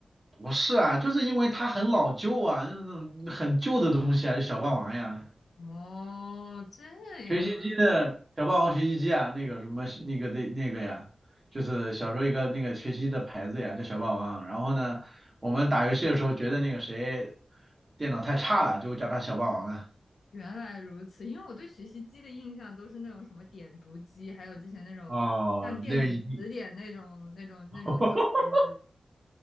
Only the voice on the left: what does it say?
哦，这样，
原来如此。因为我对学习机的印象都是那种什么点读机，还有之前那种像电子词典那种那种那种小机子。